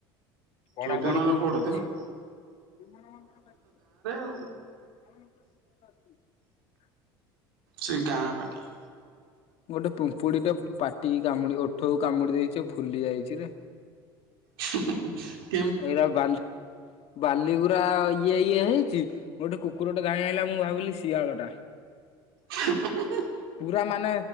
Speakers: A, on the left; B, on the right.
A: ପଢାପଢି
B: ଶୋଇଥିବ ନହେଲେ
A: କୋଉଠି
B: ପଢୁଥିବ।
A: <unintelligible>
B: ଆଉ ସେ ଗାଁ ପାଠି।
A: ଗୋଟେ ପିମ୍ପୁଡିଟେ ପାଟିକି କାମୁଡି ଓଠକୁ କାମୁଡି ଦେଇଛି ଆଉ ଫୁଲି ଯାଇଛିରେ।
B: <inaudible> <inaudible>
A: ଏଇରା ବାଲି ବାଲିଗୁରା ଇଏ ଇଏ ହେଇଛି ଗୋଟେ କୁକୁରଟେ ଧାଇଁ ଆଇଲା ମୁଁ ଭାବିଲି ଶିଆଳଟା।
B: <unintelligible>
A: ପୁରା ମାନେ